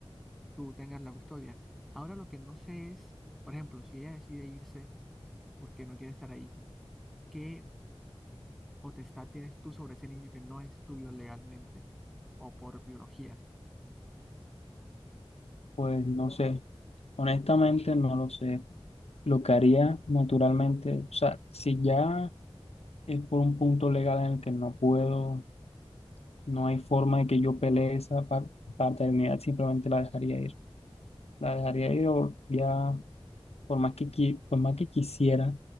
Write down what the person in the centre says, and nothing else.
tú tengas la custodia. Ahora lo que no sé es, por ejemplo, si ella decide irse porque no quiere estar ahí, ¿qué potestad tienes tú sobre ese niño que no es tuyo legalmente o por biología?